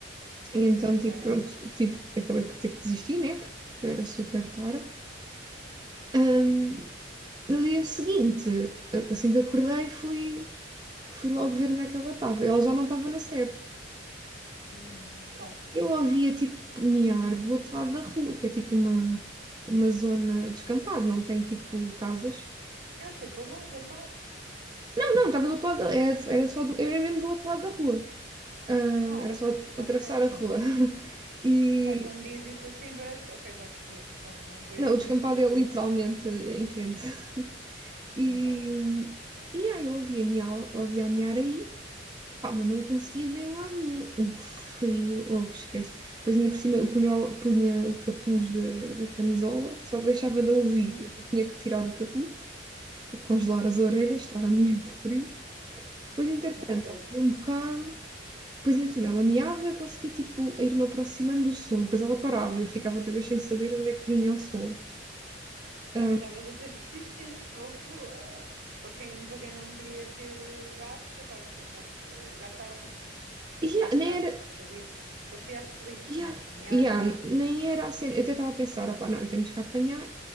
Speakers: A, on the right; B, on the right.
A: E
B: Ok.
A: então, tipo, pronto, tive, acabei por ter que desistir, né? Porque já era super tarde. Ahm, no dia seguinte, assim que acordei, fui, fui logo ver onde é que ela estava. Ela já não estava na sede.
B: Hum, então.
A: Eu ouvia, tipo, miar do outro lado da rua, que é tipo uma, uma zona descampada, não tem, tipo, casas.
B: Ah, foi para longe, então.
A: Não, não, estava do outro lado, da- era, era só do, era mesmo do outro lado da rua. Ahm,
B: Não,
A: era só
B: ok.
A: atravessar a rua. <laughs> E,
B: Pá, quando diz isso assim parece. Ok, já percebi. Pronto, não foi
A: não,
B: assim
A: o descampado
B: uma distância,
A: é literalmente
B: então.
A: em frente. <laughs> E,
B: Ok.
A: e aí eu ouvia miar, ouvia miar aí, pá, mas não conseguia ver em lado nenhum. Um frio, oh, esquece. Depois ainda por cima eu punha, o- punha o capuz da, da camisola, só que deixava de ouvir,
B: Uhum.
A: então tinha que tirar o capuz, congelar as orelhas, estava <laughs> mesmo frio. Depois, entretanto,
B: Credo.
A: ao fim de um bocado, depois ainda por cima ela miava, eu conseguia tipo ir-me aproximando do som, depois ela parava e eu ficava outra vez sem saber onde é que vinha o som.
B: Também
A: Ah,
B: estavas a ser persistente, fogo. ah, para quem, para quem não queria ter eh, gatos, epá, eu percebo, estavas, eh, o gato estava tipo,
A: e yeah,
B: gato,
A: nem
B: gata,
A: era,
B: que não sabias, parecia aflito,
A: Yeah,
B: né? De miar,
A: yeah,
B: miar.
A: nem era a cena. Eu até estava a pensar, opá, não, temos que apanhar